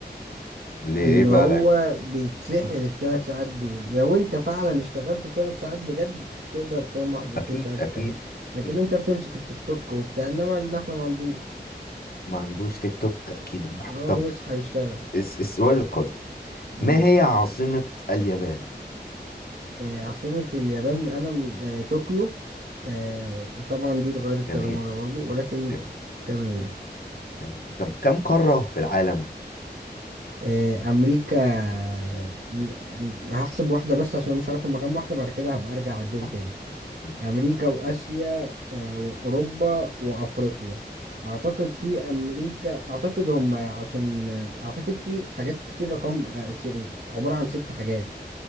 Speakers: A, on the left (about 60°); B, on the right (about 70°).
A: ليه
B: ان
A: إيه بقى
B: هو
A: العيب
B: بيتسحل التلات ساعات دول لو انت فعلا اشتغلت تلات ساعات بجد تقدر تنام واحد وعشرين
A: أكيد
B: ساعة تكمل
A: أكيد أكيد
B: لكن انت بتمسك التيك توك وبتاع انما النحلة ما عندوش
A: ما عندوش تيك توك أكيد النحل
B: هو
A: طب
B: بيصحى يشتغل
A: الس- السؤال القادم
B: مم.
A: ما هي عاصمة اليابان
B: آه، عاصمة اليابان أنا م- آه، طوكيو آه، طبعا دي اتغيرت
A: جميل
B: كذا مرة برضو ولكن
A: جميل
B: تمام يعني
A: تمام طب كم قارة في العالم
B: آه، أمريكا آه، م- هحسب واحدة بس عشان أنا مش عارف هما كام واحدة بعد كده هبقى أرجع أعدهم
A: تمام،
B: تاني
A: ماشي
B: أمريكا وآسيا آه، وأوروبا وأفريقيا أعتقد في أمريكا أعتقد هما عشان آه، أعتقد في حاجات كتير رقم آه، س- عبارة عن ست حاجات